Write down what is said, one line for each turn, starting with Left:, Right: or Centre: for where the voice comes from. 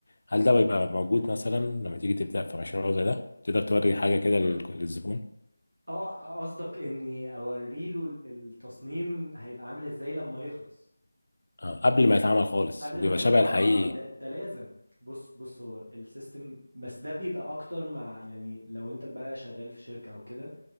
Left: هل ده بيبقى موجود مثلا لما تيجي تبدأ في مشروع زي ده تقدر توري حاجة كده لل-
Right: أ-
Left: للزبون
Right: اه قصدك إني أوريله ال- التصميم هيبقى عامل إزاي لما يخلص
Left: آه قبل ما يتعمل خالص
Right: قبل
Left: وبيبقى
Right: ما يتعمل
Left: شبه
Right: اه
Left: الحقيقي
Right: آه، آه، ده ده لازم بص بص هو ال- السيستم بس ده بيبقى أكتر مع يعني لو أنت بقى شغال في شركة أو كده